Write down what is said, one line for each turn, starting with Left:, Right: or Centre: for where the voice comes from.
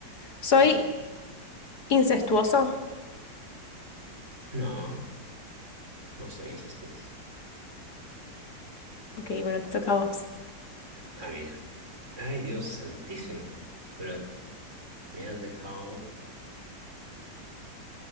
Left: Soy
Right: Va.
Left: incestuoso.
Right: No. No soy incestuoso.
Left: Ok, bueno, te toca a vos.
Right: Ah, mira. Ay, Dios santísimo. Pero me has dejado.